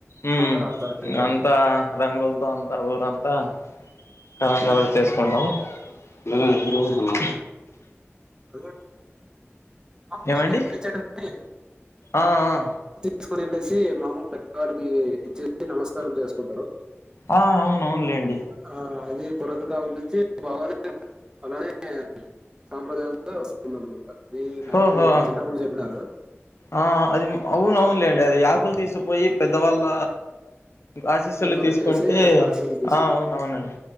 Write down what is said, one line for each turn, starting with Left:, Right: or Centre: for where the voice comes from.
Left: ఊ
Right: అందరు ఆడతారు ఇంకది
Left: అంతా రంగులతో అంత ఊరు అంత అంత రకరకాలు చేసుకుంటాం ఎటు పోతున్నావ్
Right: అలా ఎలా
Left: ఏమండి
Right: చేస్తావ్
Left: ఆ ఆ
Right: తీసుకుని వెళ్ళసి మహమ్మద్ పెద్దవాళ్ళకి ఇచ్చేసి నమస్కారం చేసుకుంటారు
Left: ఆ అవునవునులేండి
Right: ఆ అది పురతకాలం నుంచి బాగా అలానే సాంప్రదాయం ఇప్పుడే వస్తున్నారు అది నాకు
Left: ఓహో
Right: చిన్నప్పుడే చెప్పినారు
Left: ఆ అది అవును అవును లేండి అది ఆపిల్ తీసుకొని పోయి పెద్దవాళ్ళ ఆశీస్సులు
Right: చేతిలో
Left: తీసుకుంటే
Right: పెట్టేసి ఆశీస్సులు తీసుకుంటారు
Left: అవునవునండి